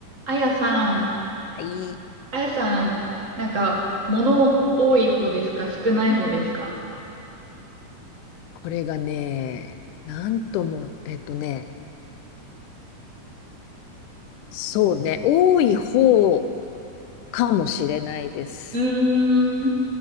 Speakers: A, on the right (about 30°); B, on the left (about 85°).
A: あやさん、
B: はい。
A: あやさん、なんか、物多い方ですか少ない方ですか
B: これがね、なんとも、えっとね、そうね、多い方かもしれないです。
A: うーん。